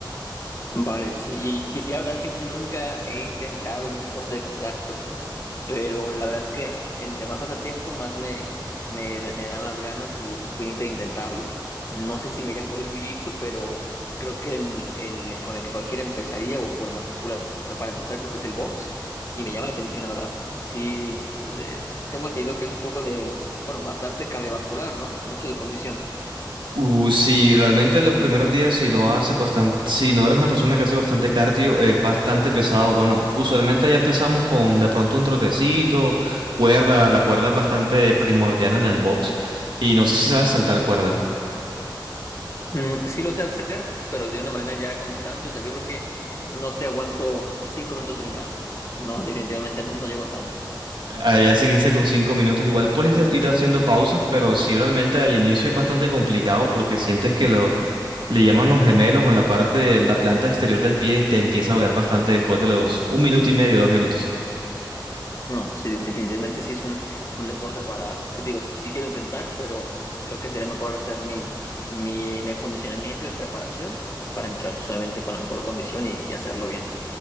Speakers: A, on the left; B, on the right.
A: Vale, sí. Y, y la verdad es que nunca he intentado un deporte de contacto. Pero la verdad es que entre más pasa el tiempo, más me, me, da- me dan las ganas y esa espinita de intentarlo. No sé si me iría por un jiu-jitsu, pero creo que el, el con el que cualquiera empezaría o, o el más popular para empezar creo que es el box y me llama la atención, la verdad. Sí, es, eh, tengo entendido que es un poco de, bueno, bastante cardiovascular, ¿no? Mucho de condición.
B: Uh, si realmente los primeros días, si no haces bastante, si no eres una persona que hace bastante cardio, es bastante pesado. Bueno, usualmente ya empezamos con de pronto un trotecito, cuerda. La cuerda es bastante primordial en el box y no sé si sabes saltar cuerda.
A: Mm, sí lo sé hacer, pero de una manera ya constante. O sea, yo creo que no te aguanto cinco minutos brincando. No, definitivamente no, no llego tanto.
B: Allá se inicia con cinco minutos. Igual puedes ha- ir haciendo pausas, pero sí realmente al inicio es bastante complicado porque sientes que lo, le llaman los gemelos o en la parte de la planta exterior del pie y te empieza a doler bastante después de los un minuto y medio, dos minutos.
A: No, pues sí, de- definitivamente sí es un, un deporte para, que te digo, sí, sí quiero intentar, pero creo que sería mejor hacer mi, mi, mi acondicionamiento y preparación para entrar pues obviamente con la mejor condición y, y hacerlo bien.